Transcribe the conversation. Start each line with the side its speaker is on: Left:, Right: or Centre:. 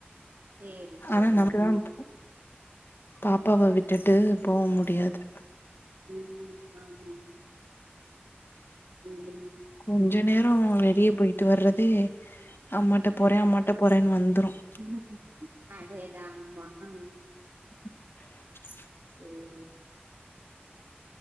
Right: சேரி சேரிங்க
Left: ஆனா நமக்கு தா போ பாப்பாவ விட்டுட்டு போ முடியாது
Right: உம் உம் ஆமா உம்
Left: கொஞ்ச நேரோ வெளிய போயிட்டு வர்றதே அம்மாட்ட போறே அம்மாட்ட போறேன்னு வந்துரும்
Right: <unintelligible> அதேதா ஆமா அ
Left: <inaudible>
Right: சேரி